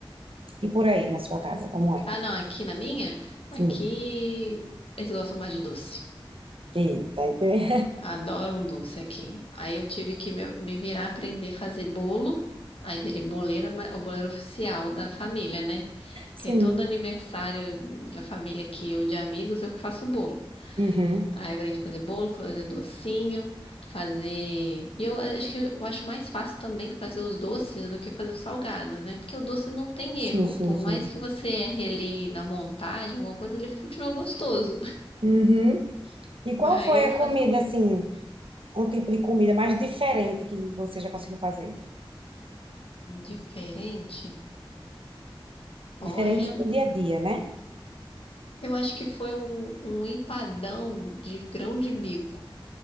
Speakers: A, on the right; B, on the left.
A: E por aí, na sua casa, como é.
B: Ah, não, aqui na minha,
A: Sim.
B: aqui eles gostam mais de doce.
A: Eita, <laughs> ente-
B: Adoro um doce aqui. Aí eu tive que me, me virar aprender a fazer bolo. Aí virei boleira, ma- o boleiro oficial da família, né?
A: sim.
B: Que aí todo aniversário da família aqui ou de amigos, eu que faço bolo.
A: Uhum.
B: Aí eu aprendi a fazer bolo, fazer docinho, fazer. E eu eh, acho que eu acho mais fácil também que fazer os doces do que fazer os salgados, né? Porque o doce não tem
A: Sim,
B: erro.
A: sim,
B: Por
A: sim.
B: mais que você erre ali na montagem, alguma coisa, ele continua gostoso.
A: Uhum.
B: <laughs>
A: E
B: Mas
A: qual
B: aí
A: foi
B: eu
A: a
B: faço
A: comida,
B: um
A: assim, um tipo de comida mais diferente que você já conseguiu fazer?
B: diferente. Olha,
A: Diferente do dia a dia, né?
B: eu acho que foi um, um empadão de grão de bico